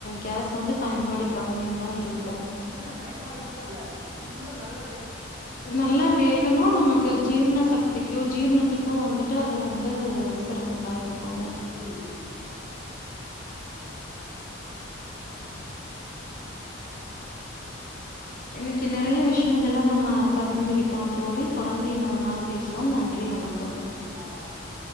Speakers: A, on the left (about 45°); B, on the right (about 20°).
A: கேஸ் வந்து பயன்படு கம்மியாக தா இருக்கு
B: இல்ல பயன்பாடு மட்டும் இல்ல சுண்டல் நல்ல
A: நல்லா வேகணும் நமக்கு ஜீர்ண சக்திக்கும் ஜீர்ணத்துக்கும் வந்துட்டு அது வந்து சிறந்ததா இருக்குங்க
B: ம்
A: இன்னைக்கு நிறைய விஷயங்கல நம்ம பகிர்ந்துகிட்டோம் தோழி தொடர்ந்து இன்னொரு நாள் பேசுவோ நன்றி வணக்கம்
B: நன்றிமா வணக்கம்